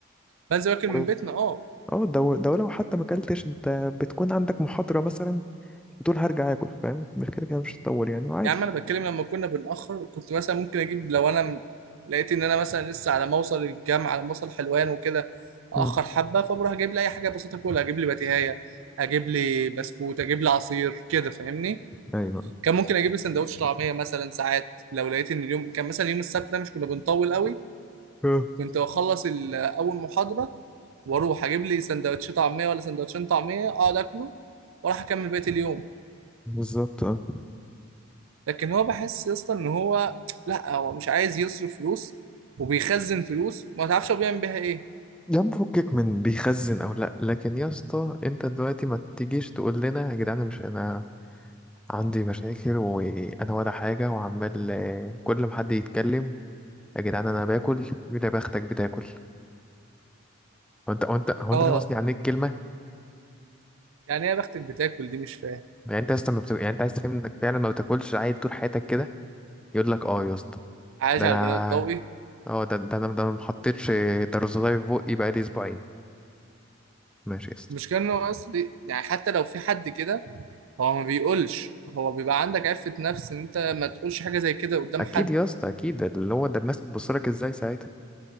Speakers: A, on the right; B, in the centre.
A: بنزل اكل من
B: و-
A: بيتنا اه
B: اه ده ده لو حتى ما اكلتش انت بتكون عندك محاضرة مثلا وتقول هرجع اكل فاهم مش كده كده مش هتطول يعني وعادي
A: يا عم انا بتكلم لما كنا بنأخر كنت مثلا ممكن اجيب لو انا م- لقيت ان انا مثلا لسه على ما اوصل الجامعه على ما اوصل حلوان وكده اخر
B: مم.
A: حبه فبروح اجيب لي اي حاجه بسيطه اكلها اجيب لي بتيهايه اجيب لي بسكوت اجيب لي عصير كده فاهمني
B: ايوه
A: كان ممكن اجيب لي سندوتش طعميه مثلا ساعات لو لقيت ان اليوم كان مثلا يوم السبت ده مش كنا بنطول قوي
B: اه.
A: كنت اخلص ال- اول محاضره واروح اجيب لي سندوتش طعميه ولا سندوتشين طعميه اقعد اكله واروح اكمل بقيه اليوم
B: بالظبط اه
A: لكن هو بحس يا اسطى ان هو لا هو مش عايز يصرف فلوس وبيخزن فلوس ما تعرفش هو بيعمل بيها ايه
B: يا عم فكك من بيخزن او لا لكن يا اسطى انت دلوقتي ما تجيش تقول لنا يا جدعان مش انا عندي مشاكل وانا ولا حاجه وعمال آه، كل ما حد يتكلم يا جدعان انا باكل يقول يا بختك بتاكل هو انت هو انت هو
A: اه
B: انت فاهم قصدي يعني ايه الكلمه
A: يعني ايه يا بختك بتاكل دي مش فاهم
B: يعني انت اصلا ما بت... يعني انت عايز تفهم انك فعلا ما بتاكلش عادي طول حياتك كده يقول لك اه يا اسطى
A: عايش
B: ده
A: على
B: انا
A: البناء الضوئي
B: اه ده ده انا ده انا ما حطيتش درزولاي في بقي بقالي اسبوعين ماشي يا اسطى
A: المشكله ان هو اصلي يعني حتى لو في حد كده هو ما بيقولش هو بيبقى عندك عفة نفس ان انت ما تقولش حاجة زي كده قدام
B: اكيد
A: حد
B: يا اسطى اكيد ده اللي هو ده الناس بتبص لك ازاي ساعتها